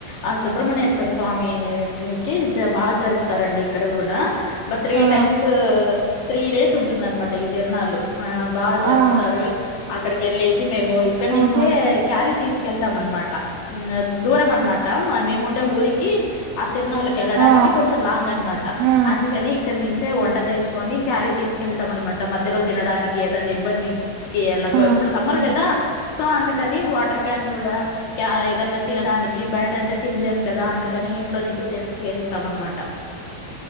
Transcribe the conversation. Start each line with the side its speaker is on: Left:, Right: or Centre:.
Left: ఆ సుబ్రమణ్యేశ్వర స్వామిఎట్నికి బా జరుపుతారండి ఇక్కడ కూడా బట్ త్రీ
Right: ఆ ఆ
Left: టైమ్స్ త్రీ డేస్ ఉంటుందన్మాట ఇ తిర్నాళ్ళు ఆ బా జరుపుతారు
Right: ఆ
Left: అక్కడికెళ్ళేసి మేము ఇక్కడ్నించే
Right: ఆహా
Left: క్యారీ తీస్కెళ్తాం అన్మాట దూరం అన్మాట మేము ఉండె ఊరికి ఆ తిర్ణళ్ళకేళ్ళడానికి
Right: ఆ
Left: కొంచెం లాంగ్ అన్మాట
Right: ఆ
Left: అందుకని ఇక్కడ్నించె వంట చేసుకొని క్యారి తీసుకెళ్తాం అన్మాట మధ్యలో తినడానికి ఏదన్న ఇబ్బందికి ఎల
Right: ఆ
Left: సమ్మర్
Right: ఆ
Left: కదా సో అందుకని వాటర్ క్యాన్ కూడా క్య ఏదన్న తినడానికి బయట అంటే తినలేం కద అందుకని ఇంట్లో నుంచే చేసుకేళ్తాం అన్మాట